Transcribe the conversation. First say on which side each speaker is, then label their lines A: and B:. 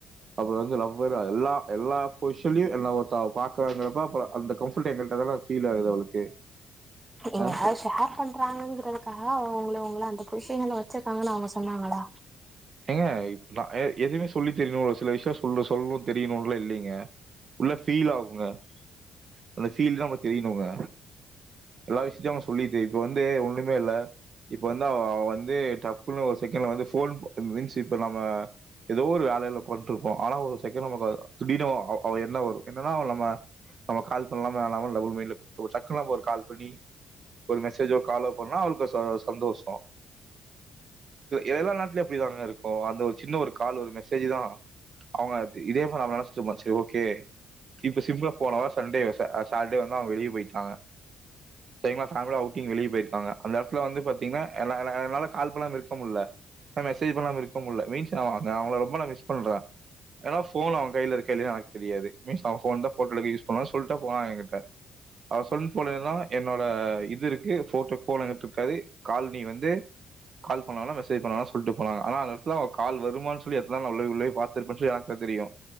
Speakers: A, on the right; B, on the right.
A: அப்ரோ வந்து லவ்வரு எல்லா எல்லா பொஷிஷன்லியு என்ன ஒருத்தங்க பாக் கறாங்கப்ப அப்ப அந்த கம்ஃபர்ட் எங்கள்ட்டதான ஃபீல் ஆகுது அவளுக்கு
B: ஏங்க
A: அஹ்
B: ஷேர் பண்றாங்கங்கறது. கணக்கா உங்கள உங்கள அந்த பொசிஷன்ல வச்சிருக்காங்கன்னு அவங்க சொன்னாங்களா
A: ஏங்க எதுமே சொல்லி தெரியணு ஒருசில விஷியோ சொல்ல சொல்ணு தெரியணுல்லா இல்லைங்க உள்ள ஃபீல் ஆகுங்க அந்த ஃபீல்ல அவங்க தெரியணுங்க எல்லா விஷயத்தையு அவங்க சொல்லிட்டு இப்ப வந்து ஒண்ணுமே இல்ல இப்ப வந்து அவ வந்து டப்புனு ஒரு செகண்ட்ல வந்து ஃபோன் மீன்ஸ் இப்ப நம்ம எதோ ஒரு வேலைல கொண்டுருப்போ ஆனா ஒரு செகண்ட் நமக்கு திடீனு அவ எண்ண வரு என்னன்னா நம்ம நம்ம கால் பண்ணலாம வேணாமான் டபுள்மைண்ட் ஒரு சக்குனு நம்ப ஒரு கால் பண்ணி ஒரு மெசேஜோ காலோ பண்ணா அவளுக்கு சந்தோசோ எல்லா நேரத்துல அப்டிதாங்க இருக்கு அந்த ஒரு சின்ன ஒரு கால் ஒரு மெசேஜ் தா அவங்க இதே மாரி அவ நெனச்சுட்டு இருப்பா செரி ஓகே இப்ப சிம்பிளா போனவா சண்டே ச சாட்டர்டே வந்து அவங்க வெளிய போய்ட்டாங்க சரிங்களா ஃபேமிலியா அவுட்டிங் வெளிய போயிருக்காங்க அந்த எடத்துல வந்து பாத்தீங்கன்னா என்ன என்னால கால் பண்ணாம இருக்க முல்ல மெசேஜ் பண்ணாம இருக்க முல்ல மீன்ஸ் நா அவங்கள ரொம்ப நா மிஸ் பண்ற ஏனா ஃபோன் அவங்க கைல இருக்கா இல்லயா எனக்கு தெரியாது மீன்ஸ் அவங்க ஃபோன்தா போட்டோ எடுக்க யூஸ் பண்ணுவாங்க சொல்ட்டு போனாங்க எகிட்ட அவ சொன் போலேனா என்னோட இது இருக்கு ஃபோட்டோ ஃபோன் அங்கட்டு இருக்காது கால் நீ வந்து கால் பண்ண வேணா மெசேஜ் பண்ண வேணா சொல்ட்டு போனாங்க அனா அந்த எட்த்துலா அவங்க கால் வருமான்னு சொல்லி இருந்தாலு ந உள்ளே உள்ளே பாத்திருப்பனு எனக்கு தா தெரியு